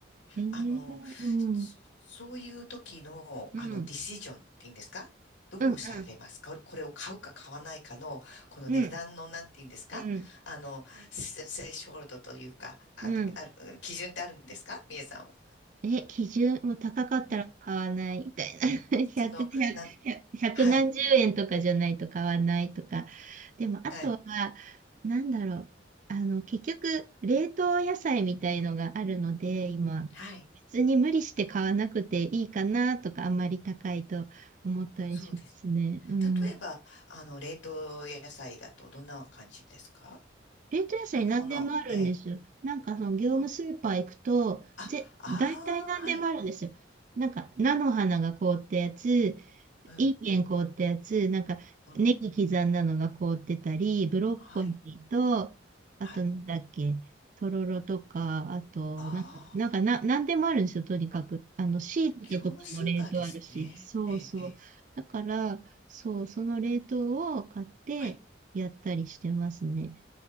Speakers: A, on the right; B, on the left.
A: えー、
B: あの、
A: うん。
B: そういう時の、
A: うん。
B: あの、ディシジョンっていうんですかどうされますかこれを買うか買わないかの、
A: うん。
B: この値段の、
A: うん。
B: なんていうんですかあの、
A: うん。うん。
B: セセレショールドというか、あの、
A: うん。
B: ある、基準ってあるんですかみえさんは。
A: え、基準もう高かったら買わないみたいな。
B: うん。
A: <laughs> 100、
B: その、
A: 1
B: なん、はい、
A: 何十円とかじゃないと買わないとか。でも、あとは、
B: はい、
A: なんだろう。あの、結局、冷凍野菜みたいのがあるので、今、
B: はい。
A: 別に無理して買わなくていいかなとか、あんまり高いと思ったりしますね。
B: そうです。
A: うん。
B: 例えば、あの、冷凍野菜だとどんな感じですか
A: 冷凍野菜何でもあるんですよ。
B: どんなものええ。
A: なんか、その、業務スーパー行くと、
B: あ、ああー、
A: ぜ、大体何でもあるんですよ。
B: はい。
A: なんか、菜の花が凍ったやつ、い
B: うん、
A: い健ん凍ったやつ、なんか、
B: うん、
A: ネギ刻んだのが凍ってたり、ブロッコリーと、
B: はい、はい。
A: あと、なんだっけ、とろろとか、あと、
B: ああ。
A: なんか、なんかな、なんでもあるんですよ、とにかく。あの、椎茸とかも冷凍あるし、
B: 業務スーパーですね。
A: そうそう。
B: ええ、ええ。
A: だから、そう、その冷凍を買ってやったりしてますね。
B: はい。